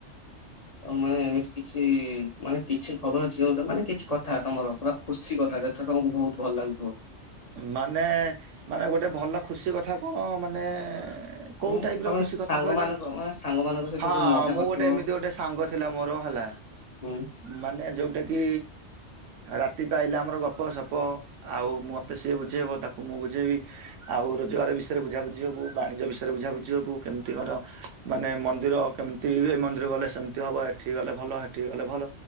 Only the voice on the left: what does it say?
ଆଉ ମାନେ ଏମିତି କିଛି ମାନେ କିଛି ଖବର ଅଛି ଯୋଉଟା ମାନେ କିଛି କଥା ତମର ପୁରା ଖୁସି କଥାଟେ ତ ତମକୁ ବହୁତ ଭଲ ଲାଗୁଥିବ।
ଉଁ
ତମେ
ସାଙ୍ଗମାନଙ୍କ
ମାନେ ସାଙ୍ଗମାନଙ୍କ ସହିତ
ଯୋଉ ମଜା
କରିଥିବ
ହୁଁ।